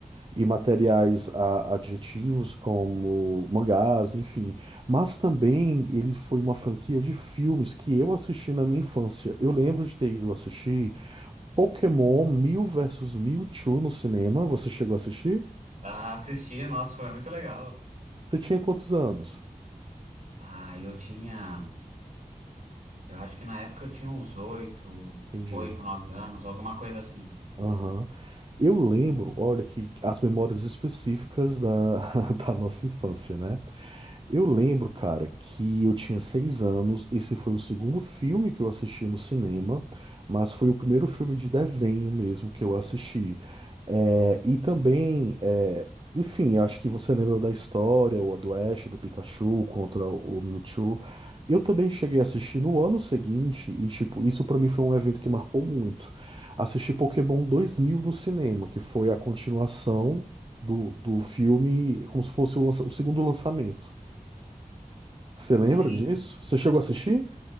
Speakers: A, on the right; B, on the right.
A: e materiais a- adjetivos como mangás, enfim. Mas também ele foi uma franquia de filmes que eu assisti na minha infância. Eu lembro de ter ido assistir Pokémon 1000 versus Mewtwo no cinema. Você chegou a assistir?
B: Ah, assistir, nossa, foi muito legal.
A: Você tinha quantos anos?
B: Ah, eu tinha, eu acho que na época eu tinha uns oito,
A: Entendi.
B: oito, nove anos, alguma coisa assim.
A: Aham. Eu lembro, olha, que as memórias específicas da, <laughs> da nossa infância, né? Eu lembro, cara, que eu tinha seis anos. Esse foi o segundo filme que eu assisti no cinema, mas foi o primeiro filme de desenho mesmo que eu assisti. É, e também, é, enfim, acho que você lembra da história, o do Ash, do Pikachu contra o Mewtwo. Eu também cheguei a assistir no ano seguinte, e tipo, isso pra mim foi um evento que marcou muito. Assisti Pokémon 2000 no cinema, que foi a continuação do, do filme, como se fosse o lança- o segundo lançamento. Você lembra
B: Sim,
A: disso?
B: sim.
A: Você chegou a assistir?